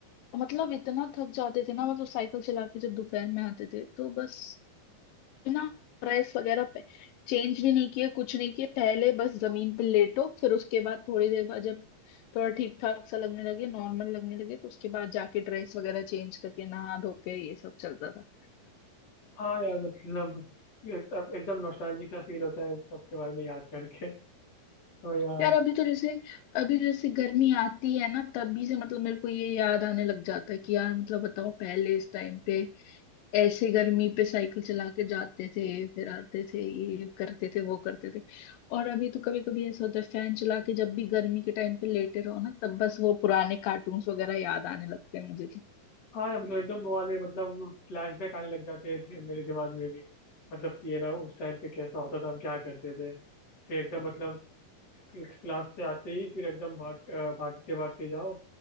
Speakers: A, on the left; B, on the left.
A: मतलब इतना थक जाते थे ना मतलब साइकिल चला के जब दोपहर में आते थे तो बस ना ड्रेस वगैरह पे चेंज भी नहीं किए कुछ नहीं किए पहले बस जमीन पे लेटो फिर उसके बाद थोड़ी देर बाद जब थोड़ा ठीक ठाक सा लगने लगे नॉर्मल लगने लगे तो उसके बाद जाके ड्रेस वगैरह चेंज करके नहा धो के ये सब चलता था
B: हाँ यार मतलब एक- अब एकदम नॉस्टैल्जिक का फील होता है उस सब के बारे में याद करके तो यार
A: यार अभी तो जैसे अभी तो जैसे गर्मी आती है ना तभी से मतलब मेरे को ये याद आने लग जाता है कि यार मतलब बताओ पहले इस टाइम पे ऐसे गर्मी पे साइकिल चला के जाते थे फिर आते थे ये करते थे वो करते थे और अभी तो कभी कभी ऐसा होता है फैन चला के जब भी गर्मी के टाइम पे लेटे रहो ना तब बस वो पुराने कार्टून्स वगैरह याद आने लगते हैं मुझे तो
B: हाँ यार मतलब एकदम वो वाले मतलब फ्लैशबैक आने लग जाते हैं दि- मेरे दिमाग में भी मतलब कि ये ना उस टाइम पे कैसा होता था हम क्या करते थे फिर एकदम मतलब क्लास से आते ही फिर एकदम भाग अ, भागते भागते जाओ